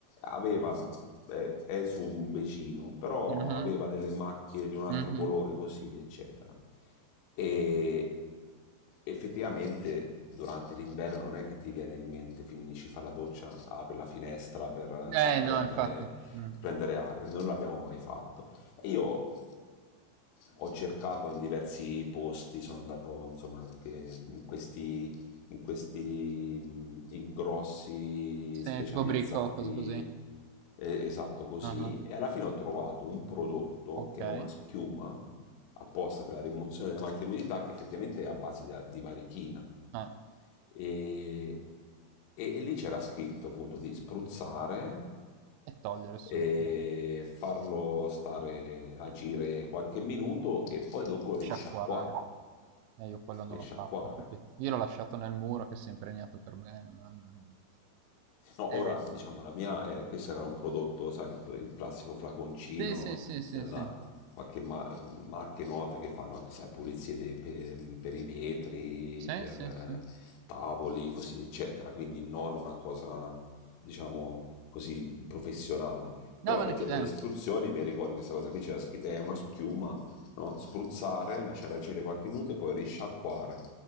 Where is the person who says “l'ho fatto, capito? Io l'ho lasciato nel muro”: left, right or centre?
Right